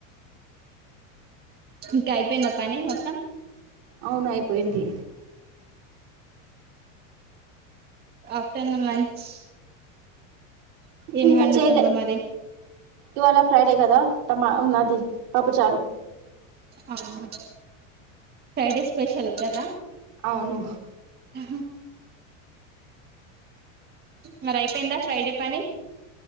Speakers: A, on the right (about 25°); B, on the right (about 55°).
A: ఇంకా అయిపోయిందా పని మొత్తం
B: అవును అయిపోయింది
A: ఆ ఆఫ్టర్నూన్ లంచ్ ఏం
B: ఇంకా
A: వండుతుండ్రు
B: చేయలే
A: మరి
B: ఇవాళ ఫ్రైడే కదా త మా నాది పప్పు చారు
A: అవున ఫ్రైడే స్పెషల్ కదా
B: అవును
A: ఆ మరి అయిపోయిందా ఫ్రైడే పని